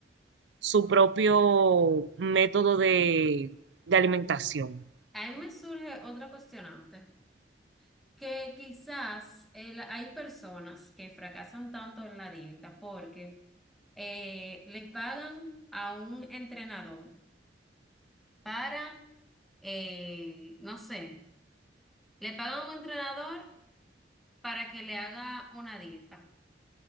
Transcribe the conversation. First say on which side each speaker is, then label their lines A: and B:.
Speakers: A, on the right (about 75°); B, in the centre.
A: su propio método de, de alimentación
B: A mí me surge otra cuestionante. que quizás el- hay personas que fracasan tanto en la dieta porque eh, le pagan a un entrenador para, eh, no sé, le pagan a un entrenador para que le haga una dieta.